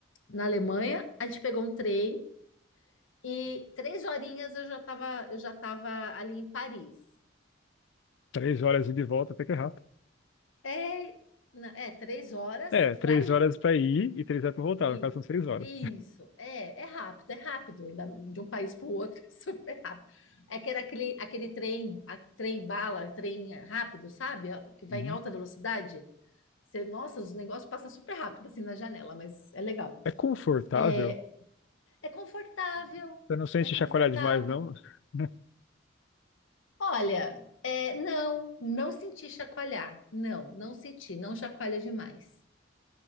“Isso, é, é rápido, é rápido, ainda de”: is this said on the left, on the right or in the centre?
Left